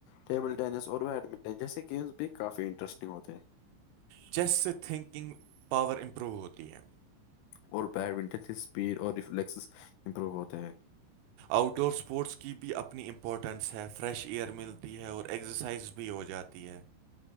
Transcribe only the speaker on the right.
چیسٹ سے تھنکنگ پاور امپروو ہوتی ہے
آؤٹ ڈور اسپورٹس کی بھی اپنی امپورٹنس ہے فریش ایئر ملتی ہے اور ایکسرسائز بھی ہو جاتی ہے